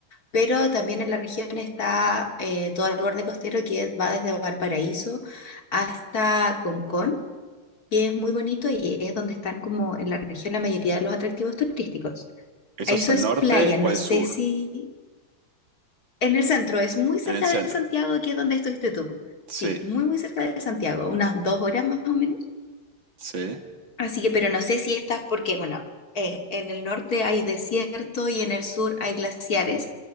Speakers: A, on the left; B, on the right.
A: pero también en la región está eh, todo el borde costero que va desde Valparaíso hasta Concón, que es muy bonito y es donde están como en la región la mayoría de los atractivos turísticos.
B: ¿Eso
A: Eso
B: es al
A: es
B: norte
A: playa, no
B: o al
A: sé
B: sur?
A: si en el centro, es muy cerca
B: En el centro.
A: de Santiago, que es donde estuviste tú.
B: Sí,
A: Sí, muy, muy cerca de Santiago, unas dos horas más o menos.
B: sí.
A: Así que, pero no sé si estás, porque, bueno, eh, en el norte hay desierto y en el sur hay glaciares